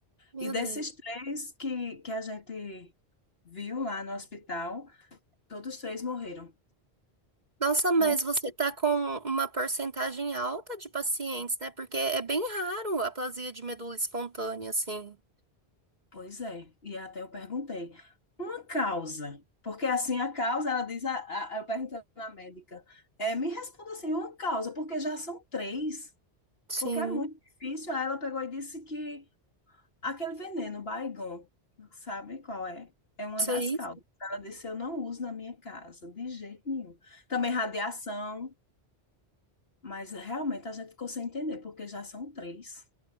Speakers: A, on the right; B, on the left.
A: meu
B: E desses
A: Deus.
B: três que, que a gente viu lá no hospital, todos três morreram.
A: Nossa, mas
B: Um
A: você tá com uma porcentagem alta de pacientes, né? Porque é bem raro a aplasia de medula espontânea, assim.
B: Pois é, e até eu perguntei, uma causa, porque assim a causa, ela diz, a, a- eu perguntei na médica, é, me responda assim, uma causa, porque já são três,
A: Sim,
B: porque é muito difícil. Aí ela pegou e disse que aquele veneno, Baygon, sabe qual é? É uma
A: sei.
B: das causas. Ela disse, eu não uso na minha casa, de jeito nenhum. Também radiação, mas realmente a gente ficou sem entender, porque já são três,